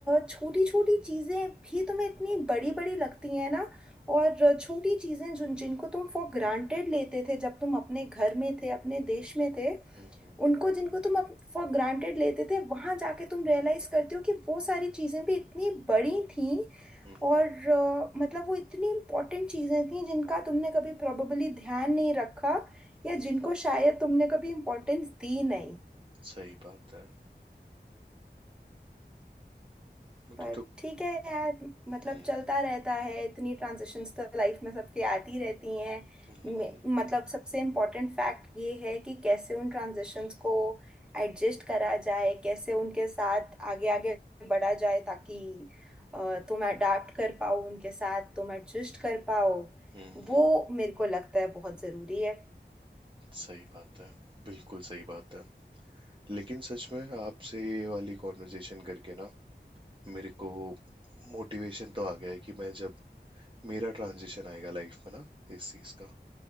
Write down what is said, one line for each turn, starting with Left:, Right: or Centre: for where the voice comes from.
Centre: छोटी छोटी चीज़ें भी तुम्हें इतनी बड़ी बड़ी लगती हैं ना और छोटी चीज़ें जिन जिनको तुम फॉर ग्रांटेड लेते थे जब तुम अपने घर में थे अपने देश में थे
Right: हम्म
Centre: उनको जिनको तुम फॉर ग्रांटेड लेते थे वहां जाके तुम रियलाइज करते हो कि वो सारी चीजें भी इतनी बड़ी थीं
Right: हम्म
Centre: और अ, मतलब वो इतनी इंपॉर्टेंट चीजें थीं जिनका तुमने कभी प्रोबेबली ध्यान नहीं रखा या
Right: हम्म
Centre: जिनको शायद तुमने कभी इम्पोर्टेंस दी नहीं
Right: सही बात है मुझे
Centre: पर
Right: तो
Centre: ठीक है यार मतलब
Right: हम्म
Centre: चलता रहता है इतनी ट्रांजिशंस तो लाइफ में सबके आती रहती हैं
Right: हम्म
Centre: मे- मतलब सबसे इम्पोर्टेंट फैक्ट ये है कि कैसे उन ट्रांजिशंस को एडजस्ट करा जाए कैसे उनके साथ आगे आगे बढ़ा जाए ताकि अ, तुम अडाप्ट कर पाओ उनके साथ तुम एडजस्ट कर पाओ
Right: हम्म
Centre: वो मेरे को लगता है बहुत ज़रूरी है
Right: सही बात है बिल्कुल सही बात है लेकिन सच में आपसे ये वाली कॉन्वर्जेशन करके ना मेरे को मोटिवेशन तो आ गया है कि मैं जब मेरा ट्रांजिशन आएगा लाइफ में ना इस चीज का